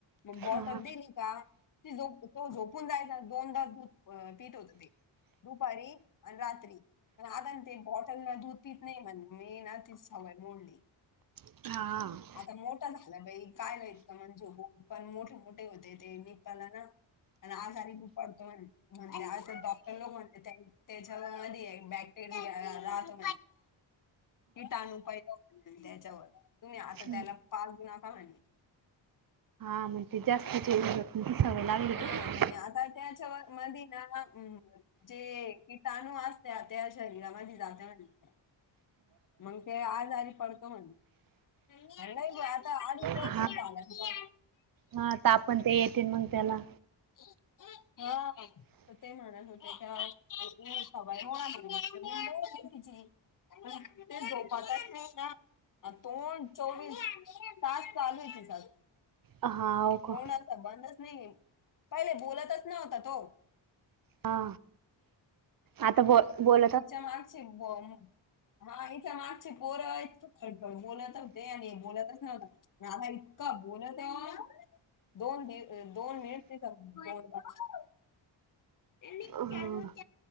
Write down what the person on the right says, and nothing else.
हा
हा....
हा
आणि जास्तचे तूमची सवय लागली
का
हा
हा आत आपण ते ते म्हण त्याला
हा का
हा आता बो बोल
ना